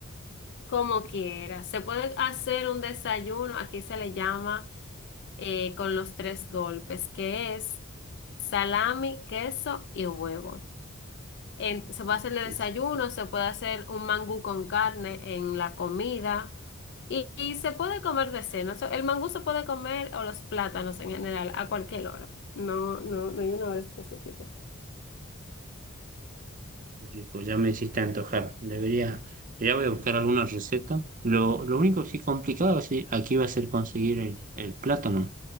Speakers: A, on the left; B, on the right.
A: Como quieras. Se puede hacer un desayuno, aquí se le llama eh, con los tres golpes, que es salami, queso y huevo. En- se
B: Uy,
A: puede hacer de desayuno, se puede hacer un mangú con carne en la comida y, y se puede comer de cena. O sea, el mangú se puede comer o los plátanos en general a cualquier hora. No, no, no hay una hora específica.
B: Qué rico, ya me hiciste antojar. Debería, ya voy a buscar alguna receta. Lo, lo único que sí complicado sí, aquí va a ser conseguir el, el plátano